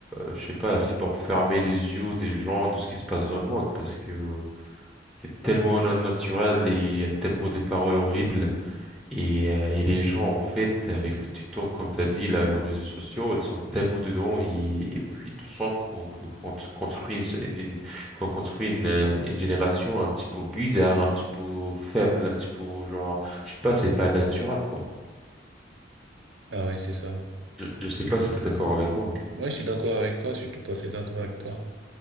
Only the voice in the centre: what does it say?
je sais pas, c'est pour fermer les yeux des gens de ce qui se passe dans le monde, parce que euh, c'est tellement non naturel et il y a tellement des paroles horribles Et, euh, et les gens, en fait, avec le TikTok, comme tu as dit, là, les réseaux sociaux, ils sont tellement dedans. Et, et puis, tu sens qu'on que- qu'on t- construit, une, une- une- qu'on construit une, euh, une génération un petit peu bizarre, un petit peu faible, un petit peu genre, je sais pas, c'est pas naturel, quoi.
Je, je sais pas si tu es d'accord avec moi.